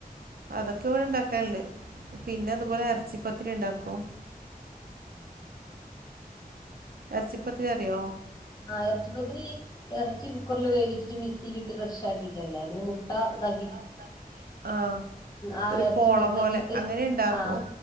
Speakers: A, on the right; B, on the left.
A: അതൊക്കെ ഇവിടെ ഉണ്ടാക്കൽണ്ട് പിന്നെ അതുപോലെ ഇറച്ചിപ്പത്തിരി ഉണ്ടാക്കും.
B: ഉം.
A: ഇറച്ചിപ്പത്തിരി അറിയോ.
B: ആഹ് ഇറച്ചിപ്പത്തിരി ഇറച്ചി കുക്കറിൽ വേവിച്ചിട്ട് മിസ്സിയിലിട്ട് ക്രഷ് ആക്കിയിട്ടല്ലെ ഇന്നിട്ട് മു ട്ട ഇതാ
A: ആഹ് ണ്ടാക്കി ആഹ്
B: ആ
A: ഒരു
B: ഇറച്ചി
A: പോള
B: മിക്സ്
A: പോലെ
B: ആക്കിയിട്ട്
A: അങ്ങനെ ഉണ്ടാക്കും
B: ആഹ്